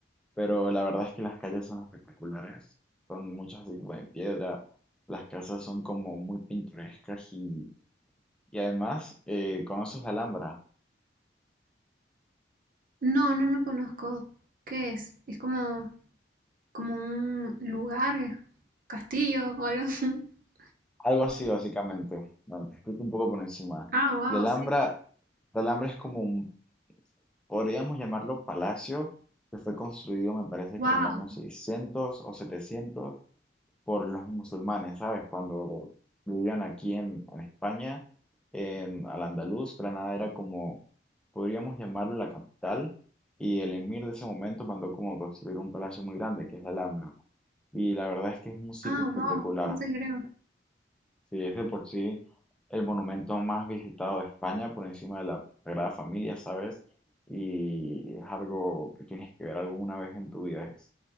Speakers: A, in the centre; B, on the right.
A: Pero la verdad es que las calles son espectaculares, son muchas así como de piedra, las casas son como muy pintorescas y, y además eh, conoces la Alhambra.
B: No, no, no conozco. ¿Qué es? Es como, como un lugar, es castillo o algo así. <laughs>
A: Algo así, básicamente. Bueno, te explico un poco por encima.
B: Ah, wow,
A: La Alhambra,
B: sí.
A: la Alhambra es como un, podríamos llamarlo palacio, que fue construido, me parece
B: Wow.
A: que en el año 600 o 700 por los musulmanes, ¿sabes? Cuando vivían aquí en, en España, en Al-Andalus, Granada era como, podríamos llamarlo la capital, y el emir de ese momento mandó como construir un palacio muy grande, que es la Alhambra. Y la verdad es que es un sitio
B: Ah,
A: espectacular.
B: wow. No sé qué creo.
A: Sí, es de por sí el monumento más visitado de España por encima de la Sagrada Familia, ¿sabes? Y es algo que tienes que ver alguna vez en tu vida, es,